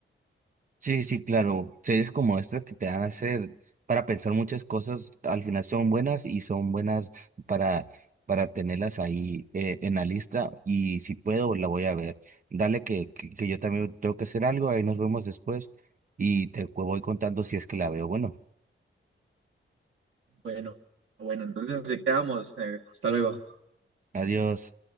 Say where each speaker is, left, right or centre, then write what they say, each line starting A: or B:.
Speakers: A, on the right; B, on the right.
A: Sí, sí, claro. Series como estas que te van a hacer para pensar muchas cosas, al final son buenas y son buenas para, para tenerlas ahí eh, en la lista. Y si puedo, la voy a ver. Dale que, que, que yo también tengo que hacer algo, ahí nos vemos después y te voy contando si es que la veo. Bueno,
B: Bueno, bueno, entonces así quedamos. eh, hasta luego.
A: adiós.